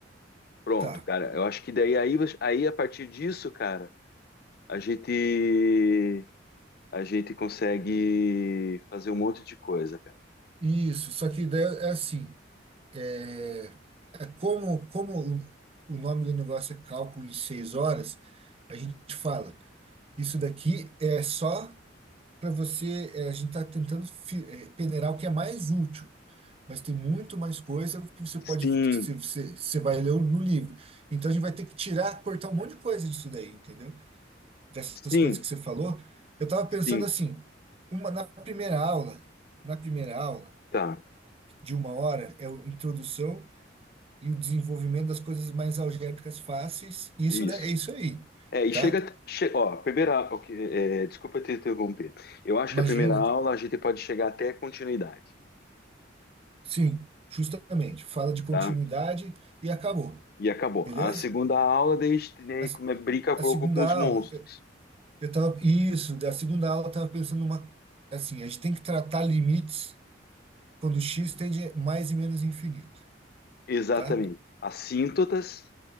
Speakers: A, on the left (about 55°); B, on the right (about 30°).
A: Pronto,
B: Tá.
A: cara. Eu acho que daí aí, vo- aí a partir disso, cara, a gente a gente consegue fazer um monte de coisa, cara.
B: Isso. Só que daí é assim. É, é como, como o, o nome do negócio é cálculo de seis horas, a gente fala. Isso daqui é só para você. é, a gente está tentando fi- é, peneirar o que é mais útil. Mas tem muito mais coisa que você pode,
A: Sim,
B: que você, você você vai ler no livro. Então a gente vai ter que tirar, cortar um monte de coisa disso daí, entendeu? dessas
A: Sim,
B: coisas que você falou, eu estava pensando
A: sim,
B: assim, uma, na primeira aula, na primeira aula
A: tá,
B: de uma hora é a introdução e o desenvolvimento das coisas mais algébricas fáceis, e
A: isso.
B: isso da- é isso aí,
A: É, e
B: tá?
A: chega, che- ó, a primeira, ok, é, é, desculpa te interromper. Eu acho
B: Imagina,
A: que a primeira aula a gente pode chegar até continuidade,
B: sim, justamente, fala de continuidade
A: tá?
B: e acabou,
A: E acabou.
B: beleza?
A: A segunda aula, daí a gente, né,
B: A, s-
A: come- brinca um
B: a
A: pouco
B: segunda
A: com os monstros.
B: aula, eu, eu tava, isso, da segunda aula eu estava pensando uma, assim, a gente tem que tratar limites quando x tende a mais e menos infinito,
A: Exatamente.
B: tá?
A: Assíntotas,